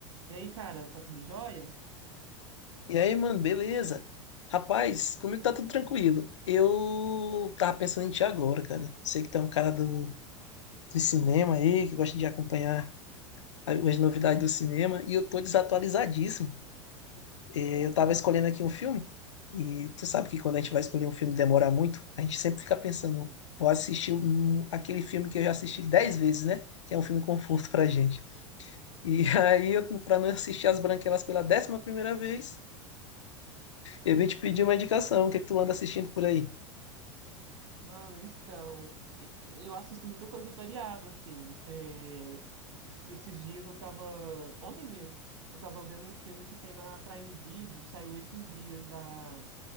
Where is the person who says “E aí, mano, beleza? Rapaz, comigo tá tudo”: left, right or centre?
Left